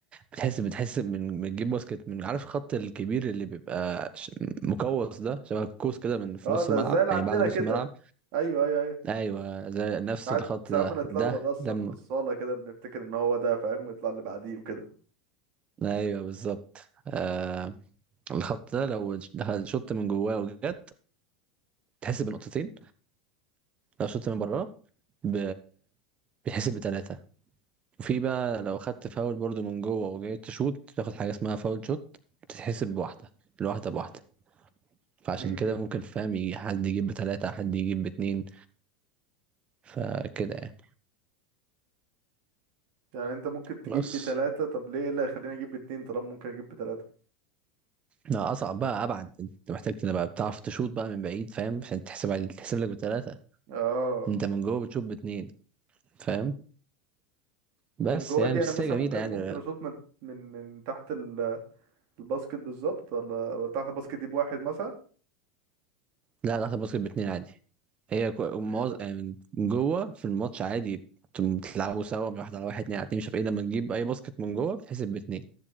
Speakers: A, on the right (about 30°); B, on the right (about 55°).
A: بتحس بتحس من بتجيب باسكت من عارف الخط الكبير اللي بيبقى ش- مقوس ده شبه القوس كده من في
B: اه
A: نص
B: ده
A: الملعب
B: زي اللي
A: يعني
B: عندنا
A: بعد نص
B: كده
A: الملعب
B: ايوه ايوه ايوه
A: ايوه
B: آه.
A: زي نفس
B: ساعات
A: الخط
B: ساعات
A: ده
B: بنتلخبط
A: ده
B: اصلا
A: لما
B: في الصاله كده بنفتكر ان هو ده فاهم يطلع اللي بعديه وكده
A: ايوه بالظبط آه الخط ده لو شط من جواه وجت تحسب بنقطتين لو شط من براه ب... بيتحسب بتلاتة وفي بقى لو خدت فاول برضو من جوه وجاي تشوت تاخد حاجة اسمها فاول شوت بتتحسب بواحدة الواحدة بواحدة فعشان
B: امم
A: كده ممكن فاهم يجي حد يجيب بتلاتة حد يجيب باتنين فكده يعني
B: يعني انت ممكن تجيب
A: بس
B: بتلاته طب ليه إيه اللي هيخليني اجيب باتنين طالما ممكن اجيب بتلاته
A: لا أصعب بقى أبعد أنت محتاج تبقى بتعرف تشوت بقى من بعيد فاهم عشان تحسب تحسب لك بتلاتة
B: اه
A: انت من جوه بتشوف باتنين فاهم
B: من
A: بس
B: جوه
A: يعني
B: دي
A: بس
B: انا مثلا
A: هي جميله
B: ممكن
A: يعني
B: ممكن اشوط من من من تحت ال- الباسكت بالظبط ولا ولا تحت الباسكت دي بواحد مثلا
A: لا لحظه باسكت باتنين عادي هي كو- معظ-
B: ايه ده
A: يعني من جوه في الماتش عادي بت- بتلعبوا سوا من واحد على واحد اتنين على اتنين مش عارف ايه لما تجيب اي باسكت من جوه بتحسب باتنين